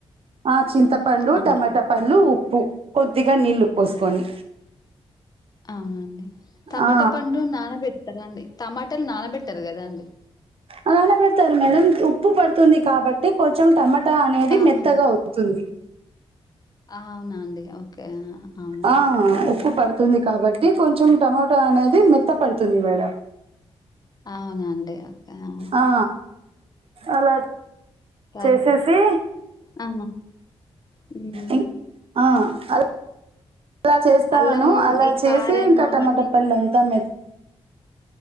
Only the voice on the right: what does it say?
ఆ చింతపండు,
టమాటా పళ్ళు, ఉప్పు, కొద్దిగా నీళ్ళు పోసుకొని
ఆ
ఆ నాన పెడతారు మేడం ఉప్పు పడుతుంది కాబట్టి కొంచెం టమాట్ ట అనేది
మెత్తగా అవుతుంది
ఆ ఉప్పు పడుతుంది కాబట్టి కొంచెం టమాటా అనేది మెత్త పడుతుంది మేడం.
ఆ అలా
చేసేసి
ఇం అల్ అలా చేస్తాను
అలా
చేసి
ఇంకా
టమాటా పల్లంత మెత్